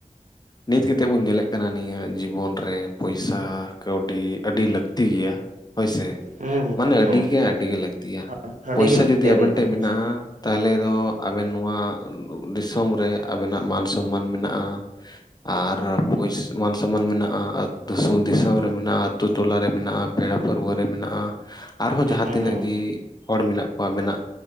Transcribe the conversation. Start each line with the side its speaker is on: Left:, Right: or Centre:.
Left: ᱱᱤᱛ ᱜᱮ ᱛᱮᱵᱚᱱ ᱧᱮᱞᱮᱜ ᱠᱟᱱᱟ ᱱᱤᱭᱟᱹ ᱡᱤᱵᱚᱱ ᱨᱮ ᱯᱚᱭᱥᱟ ᱠᱟᱹᱣᱰᱤ ᱟᱹᱰᱤ ᱞᱟᱹᱠᱛᱤ ᱜᱮᱭᱟ᱾ ᱦᱳᱭᱥᱮ,
Right: ᱦᱩᱸ
Left: ᱢᱟᱱᱮ
Right: ᱦᱩᱸ
Left: ᱟᱹᱰᱤ ᱜᱮ ᱟᱹᱰᱤ ᱜᱮ ᱞᱟᱹᱠᱛᱤᱭᱟ
Right: ᱦᱩᱸ ᱟᱹᱰᱤ
Left: ᱯᱚᱭᱥᱟ
Right: ᱜᱮ ᱞᱟᱹᱠᱛᱤ
Left: ᱡᱩᱫᱤ ᱟᱵᱮᱱ
Right: ᱟᱹᱰᱤ ᱞᱟᱹᱠᱛᱤ
Left: ᱴᱷᱮᱱ ᱢᱮᱱᱟᱜᱼᱟ, ᱛᱟᱦᱚᱞᱮ ᱫᱚ ᱟᱵᱮᱱ ᱱᱚᱣᱟ ᱫᱤᱥᱚᱢ ᱨᱮ ᱟᱵᱮᱱᱟᱜ ᱢᱟᱱ ᱥᱚᱢᱢᱟᱱ ᱢᱮᱱᱟᱜᱼᱟ᱾ ᱟᱨ ᱯᱩᱭᱥ ᱢᱟᱱ ᱥᱚᱢᱢᱟᱱ ᱢᱮᱱᱟᱜᱼᱟ, <unintelligible> ᱫᱤᱥᱚᱢ ᱨᱮ ᱢᱮᱱᱟᱜᱼᱟ, ᱟᱹᱛᱩ ᱴᱚᱞᱟ ᱨᱮ ᱢᱮᱱᱟᱜᱼᱟ, ᱯᱮᱲᱟ ᱯᱟᱹᱨᱣᱟᱹ ᱨᱮ ᱢᱮᱱᱟᱜᱼᱟ ᱟᱨᱦᱚᱸ ᱡᱟᱦᱟᱸ
Right: ᱦᱩᱸ
Left: ᱛᱤᱱᱟᱹᱜ
Right: ᱦᱩᱸ
Left: ᱜᱮ ᱦᱚᱲ ᱢᱮᱱᱟᱜ ᱠᱚᱣᱟ ᱢᱮᱱᱟᱜ